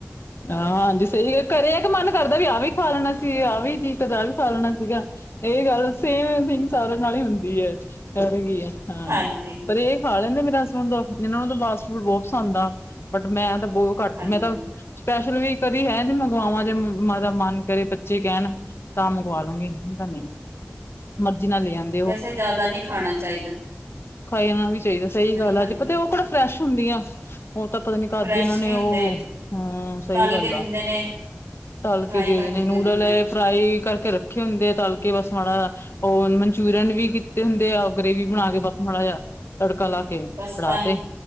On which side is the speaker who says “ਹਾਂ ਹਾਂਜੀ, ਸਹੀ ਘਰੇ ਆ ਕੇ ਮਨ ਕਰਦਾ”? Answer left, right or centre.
Left